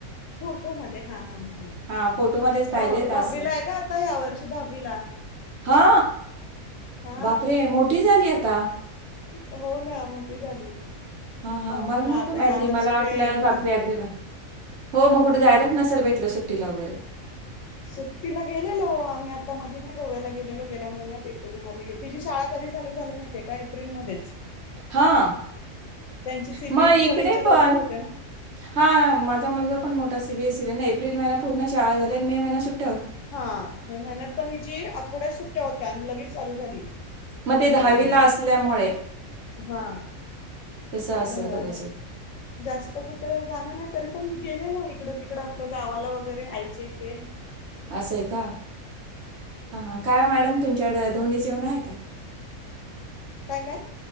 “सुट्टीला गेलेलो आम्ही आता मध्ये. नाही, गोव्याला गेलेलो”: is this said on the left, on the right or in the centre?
Left